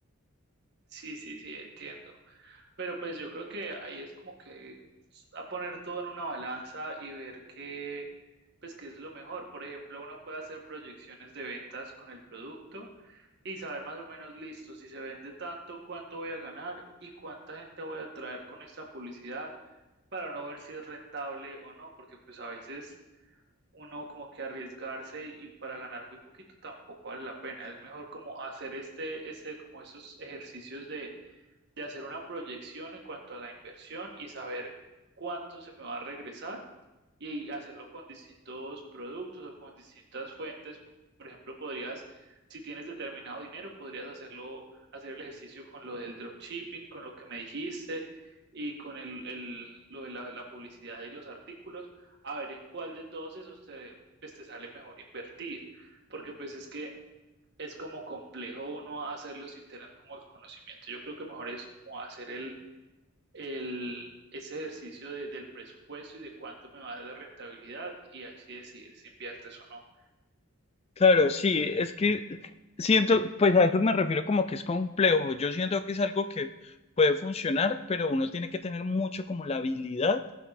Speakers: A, on the right (about 50°); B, on the left (about 30°).
A: Sí, sí, sí, entiendo. Pero pues yo creo que ahí es como que a poner todo en una balanza y ver qué, pues qué es lo mejor. Por ejemplo, uno puede hacer proyecciones de ventas con el producto y saber más o menos, listo, si se vende tanto, cuánto voy a ganar y cuánta gente voy a atraer con esta publicidad para no ver si es rentable o no, porque pues a veces uno como que arriesgarse y para ganar muy poquito tampoco vale la pena. Es mejor como hacer este, este, como estos ejercicios de hacer una proyección en cuanto a la inversión y saber cuánto se me va a regresar y hacerlo con distintos productos o con distintas fuentes. Por ejemplo, podrías, si tienes determinado dinero, podrías hacerlo, hacer el ejercicio con lo del dropshipping, con lo que me dijiste y con el, el- lo de la, la publicidad y los artículos, a ver en cuál de todos esos te, pues, te sale mejor invertir. Porque pues es que es como complejo uno hacerlo sin tener como el conocimiento. Yo creo que mejor es como hacer el, el, ese ejercicio de- del presupuesto y de cuánto me va a dar de rentabilidad y ahí sí decidir si inviertes o no.
B: Claro, sí, es que siento, pues a eso me refiero como que es complejo. Yo siento que es algo que puede funcionar, pero uno tiene que tener mucho como la habilidad